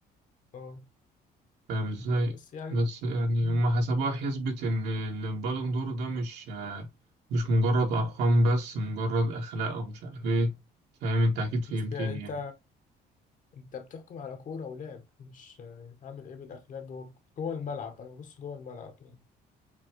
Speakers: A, on the left (about 50°); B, on the right (about 80°).
A: اه
B: فاهم ازاي
A: بس يعني
B: بس يعني
A: مم.
B: هما حسبوها حسبة ان البالون دور ده مش مش مجرد ارقام بس مجرد اخلاق ومش عارف ايه فاهم انت اكيد فهمتني
A: بس يعني أنت
B: يعني
A: أنت بتحكم على كورة ولعب مش آه، عامل إيه بالأخلاق جوه جوه الملعب أنا ببص جوه الملعب يعني